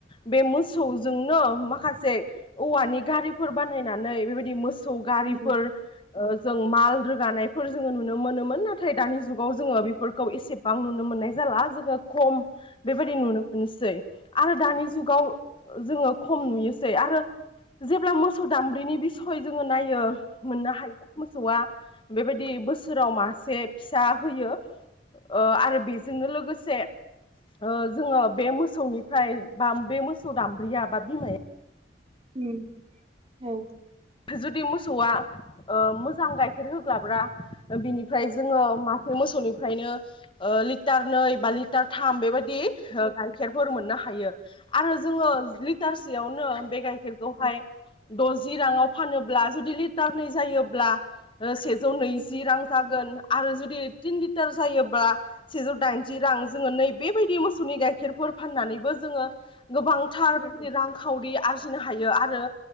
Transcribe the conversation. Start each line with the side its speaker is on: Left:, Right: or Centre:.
Left: बे मोसौजोंनो माखासे औवानि गारिफोर बानायनानै बेबायदि मोसौ गारिफोर
Right: हेलौ
Left: ओ जों माल रोगानायफोर जोङो नुनो मोनोमोन नाथाय दानि जुगाव जोङो बेफोरखौ एसेबां नुनो मोननाय जाला जोङो खम बेबायदि नुनो मोनसै आरो दानि जुगाव जोङो खम नुयोसै आरो जेब्ला मोसौ दाम्ब्रिनि बिस जोङो नायो मोननो हायो मोसौआ बेबायदि बोसोराव मासे फि सा होयो ओ आरो बेजोंनो लोगोसे ओ जोङो बे मोसौनिफ्राय बा बे मोसौ दाम्ब्रिया बा बिमाया
Right: उम औ
Left: जुदि मोसौआ ओ मोजां गाइखेर होग्लाब्रा बिनिफ्राय जोङो मोसौनिफ्रायनो लिटार नै बा लिटार थाम बेबायदि गाय गाइखेरफोर मोननो हायो आरो जोङो लिटारसेयावनो बे गाइखेर खौहाय द'जि राङाव फानोब्ला जुदि लिटारनै जायोब्ला ओ सेजौ नैजि रां जागोन आरो जुदि तिन लिटार जायोब्ला सेजौ दाइनजि रां रां जोङो नै बेबायदि मोसौनि गाइखेरफोर फान्नानैबो जोङो गोबांथार बेबायदि रांखावरि आरजिनो हायो आरो